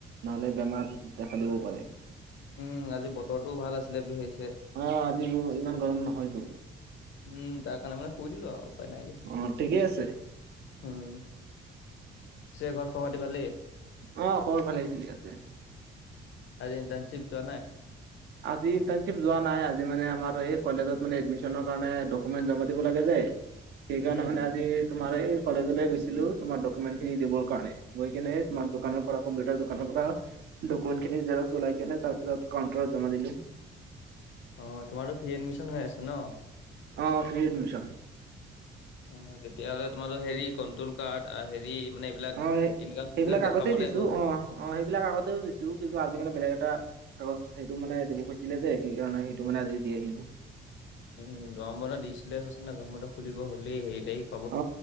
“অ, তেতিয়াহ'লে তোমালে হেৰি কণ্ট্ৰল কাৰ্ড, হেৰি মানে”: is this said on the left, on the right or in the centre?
Left